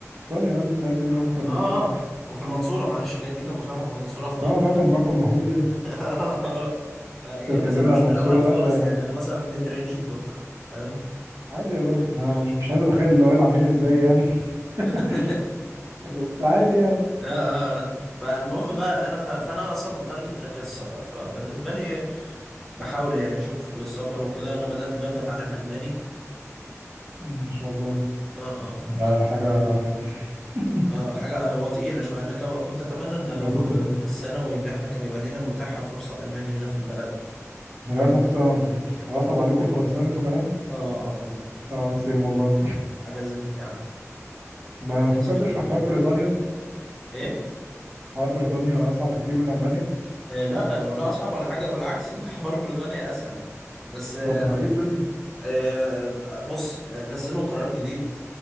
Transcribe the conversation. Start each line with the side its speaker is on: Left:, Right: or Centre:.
Right: طيب يا عم انت عايز ايه
Centre: اه
Right: اكتر من
Centre: اه
Right: كده
Centre: آه. وفي المنصوره معلش جيد جدا مرتفع في المنصوره في طب
Right: اه رقم رقم مهول يعني
Centre: <laughs> فايه
Right: انت
Centre: بس
Right: اتكلمنا
Centre: انا مش
Right: على المنصوره
Centre: من الاوائل خالص
Right: لا ده
Centre: يعني انا مثلا ميد رينج الدفعه فاهم
Right: عادي يا راجل ما مش مش عايز اتخيل الاوائل عاملين ازاي يعني <laughs>
Centre: <laughs>
Right: بس عادي يعني
Centre: اه اه آه. فالمهم بقى انا ف... فانا اصلا متارجت تراك السفر فبالنسبه لي بحاول يعني اشوف السفر وكده انا بدات دلوقتي اتعلم الماني
Right: مم، ما شاء الله
Centre: اه اه ف
Right: ده حاجة <laughs>
Centre: اه حاجه هو تقيله شويه انا كم- كنت اتمنى ان
Right: حاجة تخنق
Centre: في, في الثانوي ان احنا كان يبقى لينا متاحه فرصه الماني هنا في البلد
Right: للأسف ت- انتوا غصب عليكم الفرنساوي انتوا كمان
Centre: اه اه والله
Right: اه سيم والله
Centre: حاجه زفت يا عم
Right: ما
Centre: نفسي
Right: فكرتش
Centre: اخد الماني
Right: في حوار بريطانيا
Centre: ايه
Right: حوار بريطانيا أصعب بكتير من ألمانيا
Centre: آه، لا آه، ولا اصعب ولا حاجه ده بالعكس ده <laughs> حوار بريطانيا اسهل بس آه،
Right: طب ما ايه الدنيا
Centre: آه، بص آه، نزلوا قرار جديد